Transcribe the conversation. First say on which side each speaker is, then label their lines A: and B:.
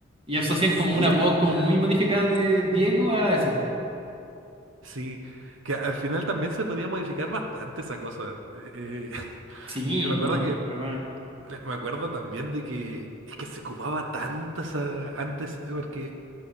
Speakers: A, on the right (about 30°); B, on the right (about 70°).
A: y asocian
B: Sí,
A: como una
B: es
A: voz
B: verdad.
A: como muy modificada de Diego a eso.
B: Sí, que al final también se podía modificar bastante esa cosa. Eh, <laughs>
A: Sí,
B: y me
A: no,
B: acuerdo que,
A: ¿verdad?
B: eh, me acuerdo también de que es que se ocupaba tanto esa, antes, porque